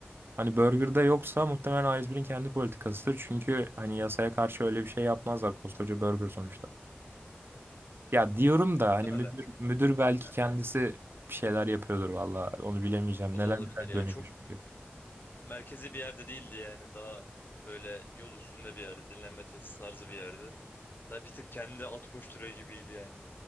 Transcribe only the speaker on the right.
Hani Burger'da yoksa muhtemelen A101'in kendi politikasıdır. Çünkü hani yasaya karşı öyle bir şey yapmazlar koskoca Burger sonuçta. Ya diyorum da
hani müdür müdür belki
kendisi bir şeyler yapıyordur valla. Onu bilemeyeceğim.
Neler
neler
dönüyormuş.
çünkü.